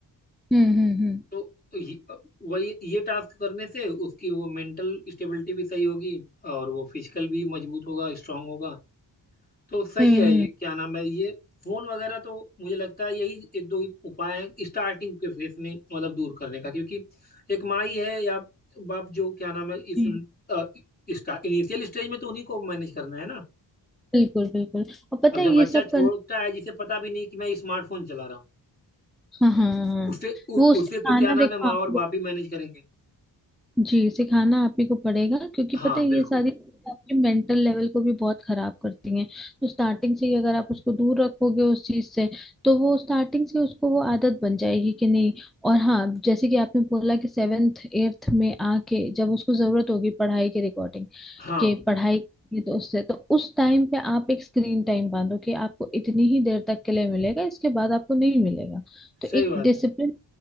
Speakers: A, in the centre; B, on the left.
A: हम्म हम्म हम्म
B: तो ये, वही ये टास्क करने से उसकी वो मेंटल स्टेबिलिटी भी सही होगी और वो फिजिकल भी मजबूत होगा स्ट्रांग होगा तो सही
A: हम्म,
B: है
A: हम्म,
B: क्या नाम है ये फोन वगैरह तो मुझे लगता है यही एक दो ही उपाय हैं स्टार्टिंग के फेस में मतलब दूर करने का क्योंकि एक माई है या बाप जो क्या नाम है
A: जी
B: इस इनिशियल स्टेज में तो उन्हीं को मैनेज करना है ना
A: बिल्कुल बिल्कुल और पता
B: अब जब
A: है ये
B: बच्चा
A: सब
B: छोटा
A: करना
B: है जिसे पता भी नहीं कि मैं स्मार्टफोन चला रहा हूँ
A: हाँ हाँ हाँ हाँ।
B: उसे उ,
A: वो उससे
B: उसे तो
A: खाना
B: क्या नाम
A: देखो
B: है माँ
A: आपको
B: और बाप ही मैनेज करेंगे
A: जी सिखाना आप ही को पड़ेगा क्योंकि
B: हाँ
A: पता है
B: बिल्कुल
A: ये सारी चीजें आपके मेंटल लेवल को भी बहुत खराब करती हैं तो स्टार्टिंग से ही अगर आप उसको दूर रखोगे उस चीज से तो वो स्टार्टिंग से उसको वो आदत बन जाएगी कि नहीं और हाँ जैसे कि आपने बोला कि सेवेंथ एट्थ में आके जब उसको जरूरत होगी पढ़ाई के रिकॉर्डिंग
B: हाँ
A: के पढ़ाई की तो उससे तो उस टाइम पे आप एक स्क्रीन टाइम बांधो कि आपको इतनी ही देर तक के लिए मिलेगा इसके बाद आपको नहीं मिलेगा तो
B: सही
A: एक
B: बात
A: डिसिप्लिन
B: है